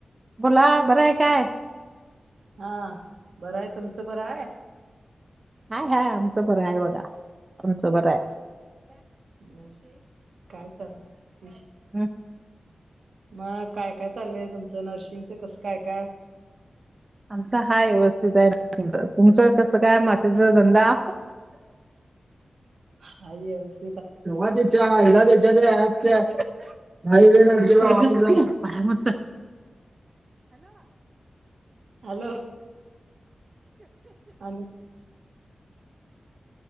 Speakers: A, on the right; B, on the right.
A: बोला बरं आहे काय
B: हा बरं आहे तुमचं बर आहे
A: हाय हाय आमचं बरय बघा आमचं
B: ह
A: बरं आहे
B: हम काय चाललं
A: हम
B: मग काय काय चाललंय तुमचं नर्सिंगचं कसं काय काय
A: आमचा हा व्यवस्थित आहे निश्चि तुमचं कसं काय माशचा धंदा
B: ह
A: एव्हा तेच्या एला देच्या ते नाही र ना पाय म
B: हॅलो अध